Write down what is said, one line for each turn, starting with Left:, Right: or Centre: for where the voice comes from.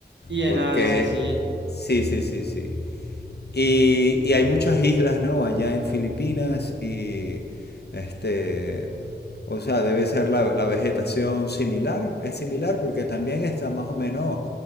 Right: y
Left: Porque,
Right: en Asia, sí.
Left: sí, sí, sí, sí. Y, y hay muchas islas, ¿no? Allá en Filipinas y, este, o sea, debe ser la, la vegetación similar. Es similar porque también está más o menos